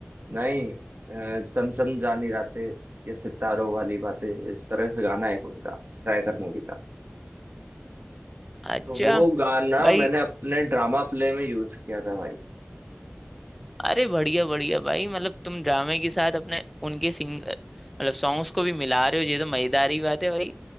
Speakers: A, on the right; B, in the centre.
A: नहीं अ, चमचम जानी रातें ये सितारों वाली बातें इस तरह से गाना है एक उनका स्ट्राइगर मूवी का
B: अच्छा
A: तो वो गाना
B: भाई
A: मैंने अपने ड्रामा प्ले में यूज किया था भाई
B: अरे बढ़िया बढ़िया भाई मतलब तुम ड्रामे के साथ अपने उनके सिंग मतलब सॉन्ग्स को भी मिला रहे हो ये तो मजेदार ही बात है भाई